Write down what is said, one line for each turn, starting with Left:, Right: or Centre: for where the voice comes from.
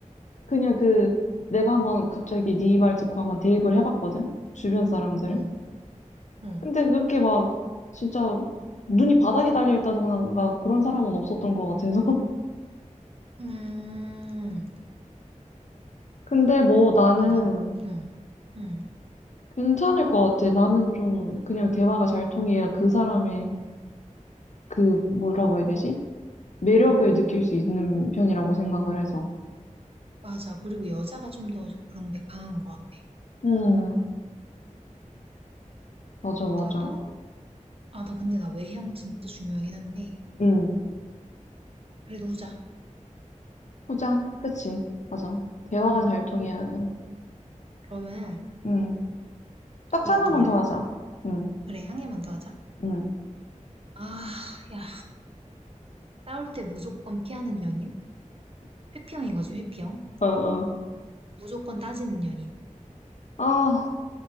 Left: 그냥 그, 내가 한번 갑자기 네 말 듣고 한번 대입을 해봤거든? 주변 사람들은?
Right: 응, 응.
Left: 근데 그렇게 막 진짜 눈이 바닥에 달려 있다던가 그런 사람은 없었던 것 같아서.
Right: 음,
Left: <laughs> 근데 뭐 나는
Right: 그런가? 응, 응.
Left: 괜찮을 것 같아. 나는 좀 그냥 대화가 잘 통해야 그 사람의 그 뭐라고 해야 되지? 매력을 느낄 수 있는 편이라고 생각을 해서.
Right: 맞아. 그리고 여자가 좀 더 그런 게 강한 것 같아.
Left: 음, 맞아, 맞아.
Right: 나도 아, 나 근데 나 외형 진짜 중요하긴 한데.
Left: 음,
Right: 그래도 후자.
Left: 후자. 그치. 맞아. 대화가
Right: 응,
Left: 잘
Right: 응.
Left: 통해야 돼.
Right: 그러면
Left: 음, 딱
Right: 이것도
Left: 하나만
Right: 말해봐.
Left: 더 하자. 음,
Right: 그래, 향해만 더 하자.
Left: 음,
Right: 아, 야. 싸울 때 무조건 피하는 연인? 회피형인 거지, 회피형.
Left: 어, 어.
Right: 무조건 따지는 연인.
Left: 아,